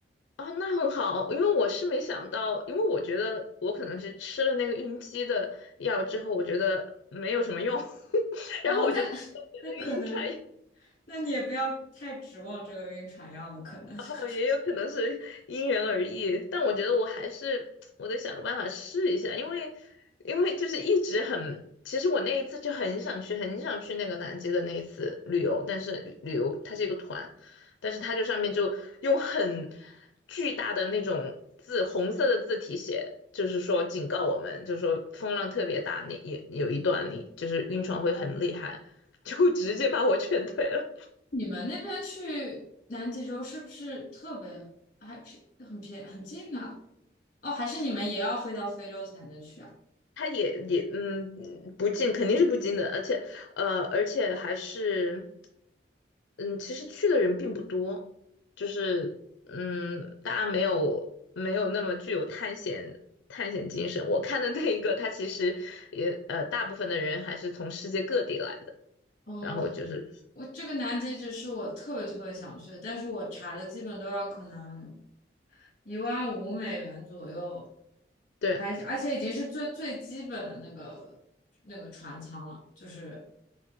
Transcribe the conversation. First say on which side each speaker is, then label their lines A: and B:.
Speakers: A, on the left; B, on the left.
A: 啊，那很好，因为我是没想到，因为我觉得我可能是吃了那个晕机的药之后，我觉得没有什么用，<laughs>
B: 哦，
A: 然后我就做别的晕船药，
B: 那 <laughs> 那可能，那你也不要太指望这个晕船药了，可能。<laughs>
A: 哦，也有可能是因人而异，但我觉得我还是 <tsk> 我得想个办法试一下，因为因为就是一直很，其实我那一次就很想去，很想去那个南极的那一次旅游，但是旅旅游它是一个团，但是它就上面就用很巨大的那种字，红色的字体写，就是说警告我们，就是说风浪特别大，那也有一段你就是晕船会很厉害，就直接把我劝退了。
B: 你们那边去南极洲是不是特别还便很便很近啊？哦，还是你们也要飞到非洲才能去啊？
A: 他也也嗯嗯不进，肯定是不进的，而且呃而且还是嗯，其实去的人并不多，就是嗯大家没有没有那么具有探险探险精神。我看的那一个，他其实也呃大部分的人还是从世界各地来的，
B: 哦，
A: 然后就是
B: 我这个南极只是我特别特别想去的但是我查的基本都要可能一万五美元左右，
A: 对，
B: 还而且已经是最最基本的那个那个船舱了，就是